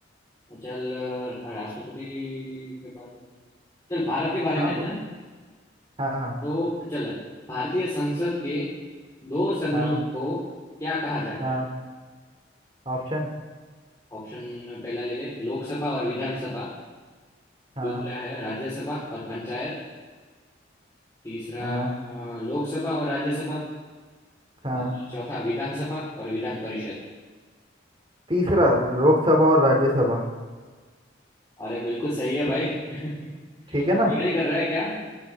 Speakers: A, on the left (about 20°); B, on the right (about 25°).
A: चल अ, राष्ट्रपति के बारे में चल भारत के बारे
B: हाँ
A: में है
B: पूछ
A: ना
B: ले हाँ हाँ
A: तो चल भारतीय संसद के दो सदनों
B: हाँ
A: को क्या कहा जाता
B: हाँ
A: है
B: ऑप्शन
A: ऑप्शन पहला ले ले लोकसभा और विधानसभा
B: हाँ
A: दूसरा है राज्यसभा और पंचायत तीसरा
B: हाँ
A: अ, लोकसभा और राज्यसभा
B: हाँ
A: और चौथा विधानसभा और विधान परिषद
B: तीसरा लोकसभा और राज्यसभा
A: अरे बिल्कुल सही है
B: ठीक
A: भाई <laughs> क्लियर
B: ठीक है ना
A: ही कर रहा है क्या